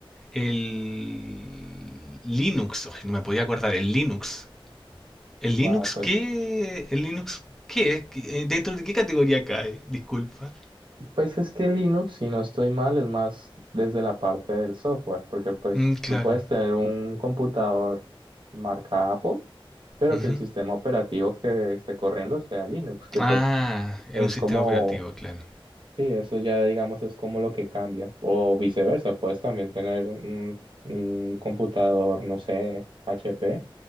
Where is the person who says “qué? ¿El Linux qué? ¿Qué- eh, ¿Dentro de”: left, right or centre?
Centre